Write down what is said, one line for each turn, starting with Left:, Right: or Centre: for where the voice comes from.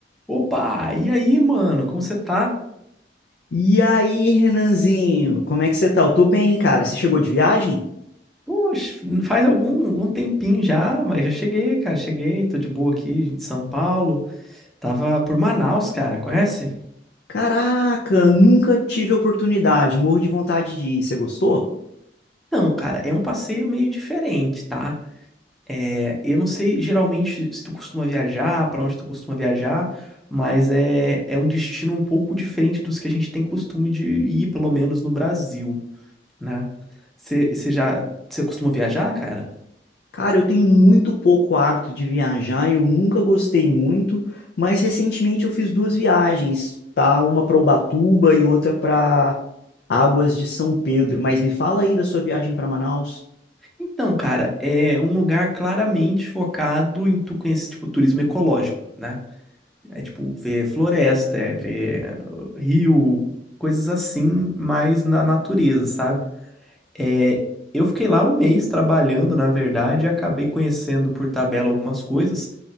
Centre: Opa, e aí, mano, como você tá?
Left: E aí, Renanzinho, como é que você tá? Eu tô bem, cara. Você chegou de viagem?
Centre: Poxa, faz algum, algum tempinho já, mas já cheguei, cara, cheguei, tô de boa aqui em São Paulo. Tava por Manaus, cara, conhece?
Left: Caraca, nunca tive oportunidade. Morro de vontade de ir. Você gostou?
Centre: Não, cara, é um passeio meio diferente, tá? É, eu não sei geralmente se tu costuma viajar, pra onde tu costuma viajar, mas é, é um destino um pouco diferente dos que a gente tem costume de ir, pelo menos no Brasil, né? Você já, você costuma viajar, cara?
Left: Cara, eu tenho muito pouco hábito de viajar, eu nunca gostei muito, mas recentemente eu fiz duas viagens, tá? Uma pra Ubatuba e outra pra Águas de São Pedro. Mas me fala aí da sua viagem pra Manaus.
Centre: Então, cara, é um lugar claramente focado em tu conhecer, tipo, turismo ecológico, né? É tipo, ver floresta, é ver uh, rio, coisas assim, mais na natureza, sabe? É, eu fiquei lá um mês trabalhando, na verdade, e acabei conhecendo por tabela algumas coisas,